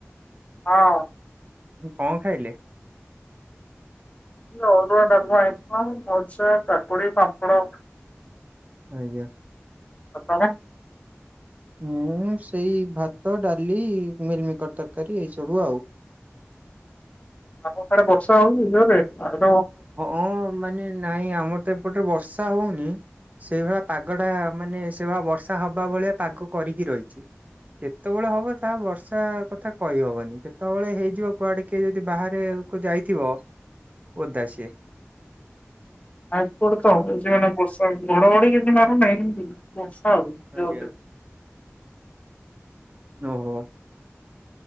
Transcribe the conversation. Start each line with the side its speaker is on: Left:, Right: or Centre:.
Left: ହଁ।
Right: ହୁଁ କଣ ଖାଇଲେ?
Left: ଅରୁଆ ଡାଲମା ହେଇଥିଲା ଭଜା କାକୁଡି ପାମ୍ପଡ।
Right: ଆଜ୍ଞା।
Left: ଆଉ ତମେ।
Right: ମୁଁ ସେଇ ଭାତ ଡାଲି ମିଲମିକର ତରକାରୀ ଏଇ ସବୁ ଆଉ। <inaudible>
Left: ଆପଣ ସିଆଡ଼େ ବର୍ଷା ହଉନି ଜୋରେ ଆଉ
Right: ହଁ ମାନେ ନାଇଁ ଆମର ତ ଏପଟରେ ବର୍ଷା ହଉନି। ସେଇଭଳିଆ ପାଗଟା ମାନେ ସେଇଭଳିଆ ବର୍ଷା ହବା ଭଳିଆ ପାଗ କରିକି ରହିଛି। କେତେବେଳେ ହବ ତାହା ବର୍ଷା କଥା କହିହବନି କେତେବେଳେ ହେଇଯିବ କୁଆଡେ କିଏ ଯଦି ବାହାରେ ଯାଇଥିବ ଓଦା ସିଏ।
Left: ଆପଟେ ତ ହଉଛି ମାନେ ବର୍ଷା ଘଡଘଡି କିଛି ମାରୁନାହିଁ ବର୍ଷା ହଉ। <unintelligible>
Right: ଆଜ୍ଞା ଓହୋ।